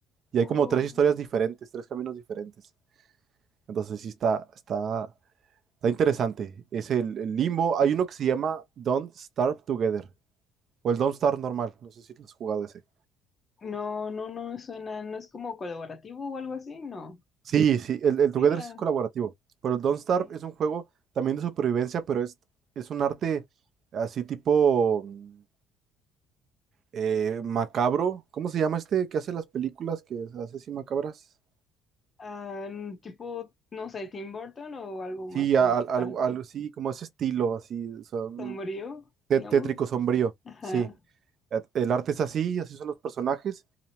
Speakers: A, on the right; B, on the left.
A: Y
B: Oh.
A: hay como tres historias diferentes, tres caminos diferentes. Entonces sí está, está, está interesante. Es el, el Limbo. Hay uno que se llama Don't Starve Together. O el Don't Starve normal. No sé si lo has jugado ese.
B: No, no, no me suena, no es como colaborativo o algo así, no.
A: Sí, sí, el, el Together
B: Sí, ah,
A: sí es colaborativo. Pero el Don't
B: ok.
A: Starve es un juego también de supervivencia, pero es, es un arte así tipo mm, eh, macabro. ¿Cómo se llama este que hace las películas que hace así macabras?
B: Ah, n- tipo, no sé, Tim Burton o algo
A: Sí,
B: más como,
A: a- al- algo
B: ah, ok,
A: algo así, como ese estilo, así, o sea, mm,
B: sombrío, digamos.
A: té- tétrico, sombrío.
B: Ajá,
A: Sí, Eh, el arte es así, así son los personajes